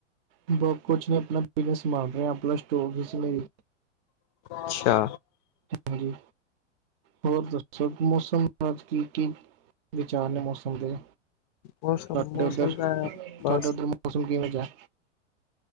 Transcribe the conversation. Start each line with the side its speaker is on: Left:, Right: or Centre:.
Right: ਬਹੁ ਕੁਛ ਨੀਂ ਆਪਣਾ ਬਿਜਨਸ ਸੰਭਾਲ ਰਹੇ ਹਾਂ ਪਲੱਸ ਟੂ ਹੋਗੀ ਸੀ ਮੇਰੀ।
Left: ਅੱਛਾ
Right: ਹਾਂਜੀ ਹੋਰ ਦੱਸੋ ਮੌਸਮ ਕੀ ਕੀ <unintelligible> ਵਿਚਾਰ ਨੇ ਮੌਸਮ ਦੇ
Left: ਮੌਸਮ
Right: ਤੁਹਾਡੇ
Left: ਮੌਸਮ
Right: ਉੱਧਰ
Left: ਦਾ ਬਸ
Right: ਤੁਹਾਡੇ ਉਧਰ ਮੌਸਮ ਕਿਵੇਂ ਜਿਹਾ?